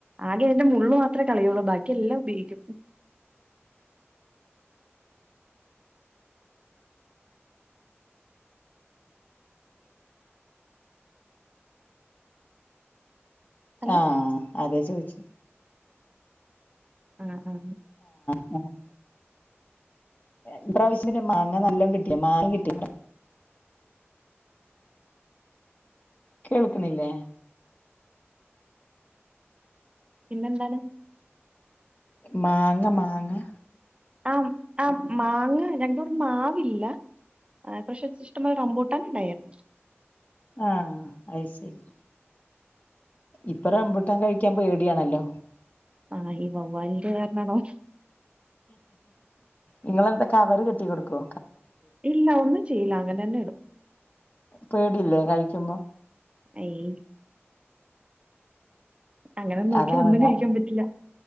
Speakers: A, on the right; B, on the left.
A: ആകെഅതിന്റെ മുള്ള് മാത്രേകളയൊള്ളു ബാക്കിയെല്ലാം ഉപയോഗിക്കും. ഹലോ
B: ആ. അതെചോയ്ച്ചേ
A: അ അ
B: ആ അ ഇപ്രാവശ്യം പിന്നെ മാങ്ങ വല്ലോം കിട്ടിയ മാങ്ങ കിട്ടി കേൾക്കണില്ലെ
A: പിന്നെന്താണ്?
B: മാങ്ങ മാങ്ങ.
A: അ അ മാങ്ങ ഞങ്ങളെ ഇവിടെ മാവില്ല. അ പക്ഷെ ഇഷ്ടം പോലെ റംബുട്ടാൻ ഇണ്ടായിരുന്നു.
B: ആ അതുശരി ഇപ്പൊ റംബുട്ടാൻ കഴിക്കാൻ പേടിയാണല്ലോ.
A: ആഹ് ഈ വവ്വാലിന്റെ കാരണമാണോ
B: ഇങ്ങളെന്താ കവറ് കെട്ടി കൊടുക്കൊ
A: ഇല്ലാ ഒന്നും ചെയ്യില്ലാ അങ്ങനെ തന്നിടും.
B: പേടില്ലേ കഴിക്കുമ്പോ
A: അയ് അങ്ങനെ നോക്കിയാ
B: അതവ്ട
A: ഒന്നും കഴിക്കാൻ പറ്റില്ല